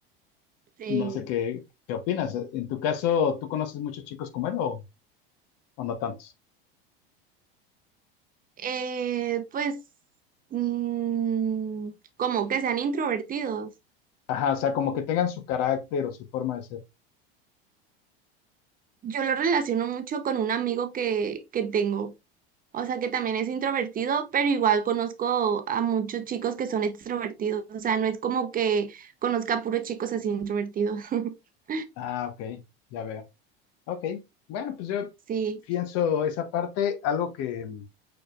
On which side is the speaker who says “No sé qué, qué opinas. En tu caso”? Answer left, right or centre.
Left